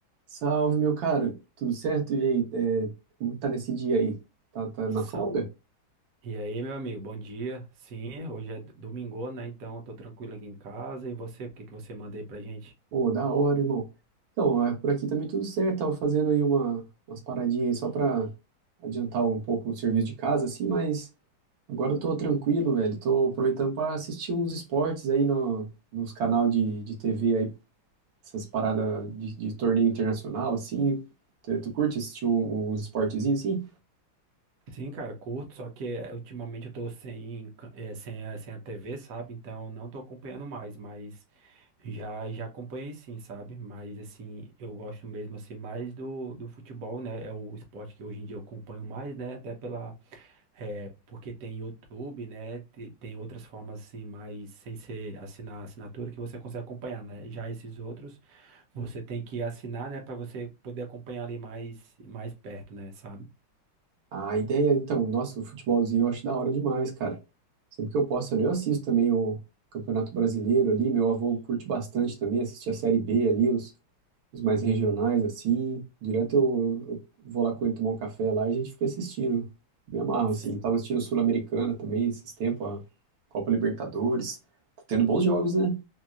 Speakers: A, on the right (about 70°); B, on the right (about 55°).
A: Salve, meu caro. Tudo certo? E aí, é, como tá nesse dia aí? Tá, tá na
B: Sa-
A: folga?
B: E aí, meu amigo, bom dia. Sim, hoje é d- domingo, né? Então, eu tô tranquilo aqui em casa. E você, o que que você manda aí pra gente?
A: Ô, da hora, irmão. Então, é, por aqui também tudo certo. Tava fazendo aí uma, umas paradinhas aí só pra adiantar um pouco o serviço de casa, assim, mas agora eu tô tranquilo, velho. Tô aproveitando pra assistir uns esportes aí no, nos canal de, de TV aí, essas paradas de, de torneio internacional, assim. Tu tu curte assistir um- uns esportezinhos, assim?
B: Sim, cara, curto, só que eh, ultimamente eu tô sem, ca- eh, sem, a- sem a TV, sabe? Então, não tô acompanhando mais, mas já, já acompanhei sim, sabe? Mas, assim, eu gosto mesmo, assim, mais do, do futebol, né? É o esporte que hoje em dia eu acompanho mais, né? Até pela É, porque tem YouTube, né? te- Tem outras formas assim, mas sem ser assinar a assinatura que você consegue acompanhar, né? Já esses outros, você tem que assinar, né, para você poder acompanhar ali mais mais perto, né, sabe?
A: A ideia, então, nossa, o futebolzinho eu acho da hora demais, cara. Sempre que eu posso ali, eu assisto também o Campeonato Brasileiro ali. Meu avô curte bastante também, assistir a Série B ali, os, os mais regionais, assim. Direto eu, eu vou lá com ele tomar um café lá e a gente fica assistindo. Me amarro,
B: Sim.
A: assim. Tava assistindo Sul-Americana também esses tempos, a Copa Libertadores. Tá tendo bons jogos, né?